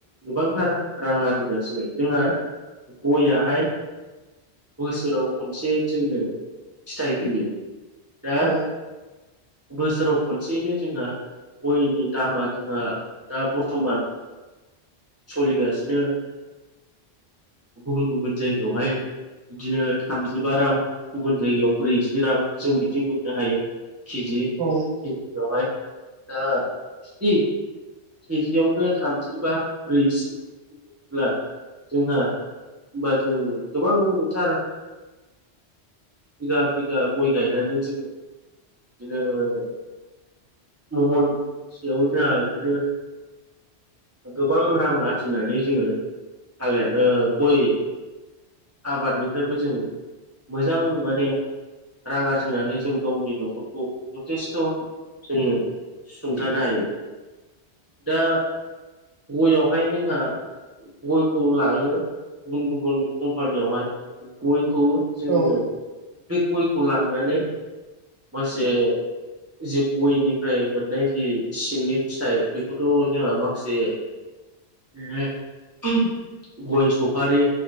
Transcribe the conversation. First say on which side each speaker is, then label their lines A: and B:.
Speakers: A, on the right; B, on the right.
A: गोबांथार रां आरजि जासिबाय गयाहाय बोसोराव खनसे जोंनो फिथाइ फैयो दा
B: औ
A: बोसोराव खनसेयैनो जोंहा गयलनि दामा जोंहा दा बर्थमान सोलिगासिनो <inaudible> गुबुन गुबुन जायगायावहाय बिदिनो थामजिबा रां गुबुन जायगायाव ब्रैजि रां जों बिदि मोननो हायो केजि
B: औ
A: केजियावहाय दा बि केजिआवनो थामजिबा ब्रैजि ब्ला जोंहा होनबा जों गोबांथार बिगा बिगा गय गायनानै जोङो बिदिनो महनसेयाव जाया बिदिनो गोबां रां आरजिनानै जोङो थालिर गय आबादनिफ्रायबो जों मोजां माने रां आरजिनानै जों गावनि न'खरखौ जथेस्थ' जोङो। सुं सुंथानो हायो दा गयावहाय जोंहा गयखौ लाङो गुबुन गुबुन कम्पानियावहाय गयखौ जोङो।
B: औ
A: बे गयखौ लांनानै मोनसे जे गयनिफ्राय मोननाय जि सिंनि फिथाइ बेखौथ' जोंहा माखासे बे गय सफारि